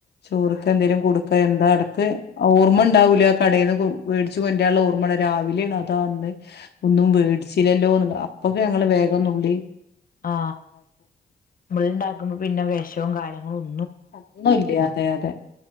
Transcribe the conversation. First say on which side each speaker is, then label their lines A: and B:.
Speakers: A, on the left (about 65°); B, on the left (about 50°).
A: ചോറെക്ക എന്തേങ്കിലും കൊടുക്കാ എന്താ ഇടക്ക് ഓർമ്മ ഉണ്ടാവൂല. കടയിൽന്ന് മേടിച്ച് കൊണ്ടുന്നുള്ള ഓർമ്മയാണ്‌, രാവിലെയാണ് അതാ അന്ന് ഒന്നും മേടിച്ചില്ലല്ലോന്നുള്ള അപ്പൊക്കെ ഞങ്ങള് വേഗംന്നുള്ളി
B: ആ, നമ്മള് ഉണ്ടാക്കുമ്പോ പിന്നെ വിഷവും കാര്യങ്ങളും ഒന്ന
A: അന്നുല്ല്യാ അതെ അതെ